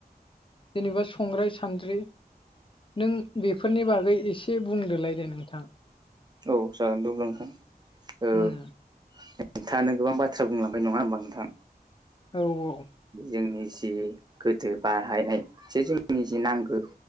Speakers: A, on the left; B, on the right.
A: जेनेबा संग्राय सान्द्रि नों बेफोरनि बागै एसे बुंदोलाय? दे नोंथां
B: औ जागोन दे अब्लां नोंथां औ
A: उम
B: नोंथाङानो गोबां बाथ्रा बुंलांबाय नङा होनोमबा नोंथां?
A: औ-औ
B: जोंनि जि गोदो बाहायनाय जे जोंनि जि नांगौ